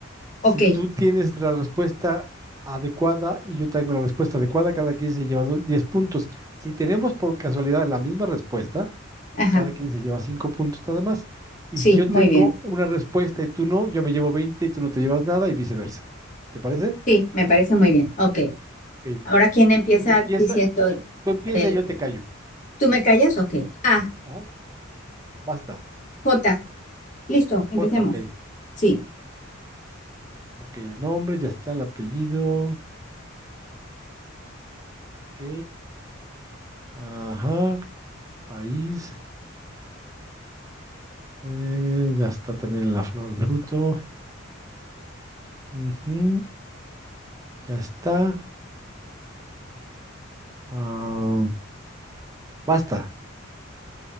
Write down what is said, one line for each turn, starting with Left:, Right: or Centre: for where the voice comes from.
Right: Si
Left: Ok.
Right: tú tienes la respuesta adecuada y yo tengo la respuesta adecuada, cada quien se lleva dos- 10 puntos. Si tenemos por casualidad la misma respuesta,
Left: Ajá.
Right: cada quien se lleva cinco puntos nada más. Y
Left: Sí,
Right: si yo
Left: muy
Right: tengo
Left: bien.
Right: una respuesta y tú no, yo me llevo 20 y tú no te llevas nada y viceversa. ¿Te parece?
Left: Sí, me parece muy bien. Ok.
Right: Ok.
Left: Ahora, ¿quién empieza
Right: Y se empieza,
Left: diciendo el,
Right: tú empieza
Left: el
Right: y yo te callo.
Left: ¿Tú me callas? Ok. A,
Right: Ajá. Basta.
Left: J. Listo, empecemos.
Right: J, ok.
Left: Sí.
Right: Ok, el nombre, ya está el apellido. Ok. Ajá. País. eh, ya está también la flor, el fruto. ujú, Ya está. ah, basta.